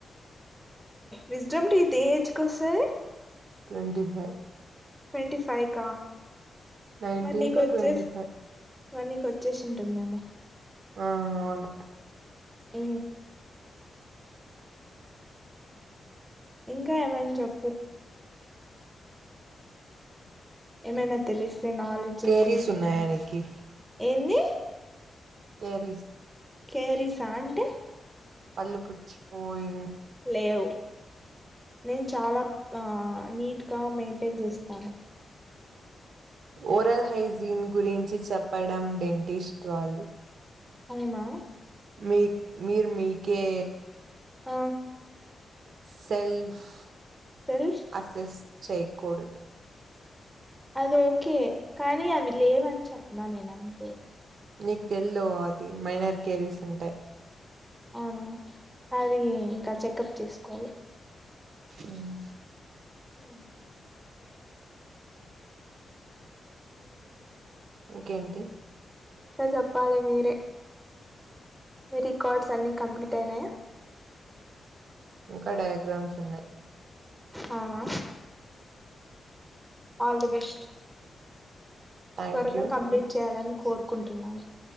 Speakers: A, in the centre; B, on the right (about 65°).
A: విస్డం ఏ ఏజ్ వస్తుంది
B: ట్వంటంటి ఫైవ్
A: ట్వంటీ ఫైవ్ కా
B: నైన్టీన్
A: మరి నీకు
B: టు
A: వచ్చే
B: ట్వంటీ ఫైవ్
A: మన్నీక వచ్చేసి ఉంటుందేమో
B: ఆ అవును
A: అ ఇంకా ఏమైనా చెప్పు ఏమైనా తెలిస్తే నాలెడ్జ్
B: కేరీస్
A: ఎక్కువ ఉండాలి
B: ఉన్నాయా నీకి
A: ఏంది
B: కరిస్
A: కేరీసా అంటే
B: పలుుపుుచ్చిపోయి
A: లేవు నేను చాలా ఆ నీట్గా మెయింటైన్ చేస్తాను
B: ఓరల్ హైజన్ గురించి చెప్పడం డెంటిస్ట్ వాళ్ళు
A: అవునా
B: మీ మీరు మీకే
A: ఆ
B: సెల్ఫ్
A: సెల్ఫ్
B: అసెస్ట్ చేయకూడదు
A: అద ఓకే కానీ అవి లేవని చెప్పిన నేన అంతే
B: నీకు తెల్లుదు అది మైనార్ కేరీస్ ఉంటాయి
A: అవునా అది ఇంకా చెకప్ చేసుకోవాలి
B: మ్మ్
A: హ్మ్ అవును
B: ఇంకేంటి
A: ఇంకా చెప్పాలి మీరే మీ రికార్డ్స్ అన్ని కంప్లీట్ అయినయా
B: ఇంకా డయాగ్రామ్స్ ఉన్నయ్
A: అవునా ఆల్ ద బెస్ట్
B: థ్యాంక్
A: త్వరగా
B: యూ
A: కంప్లీట్ చేయాలని కోరుకుంటున్నాను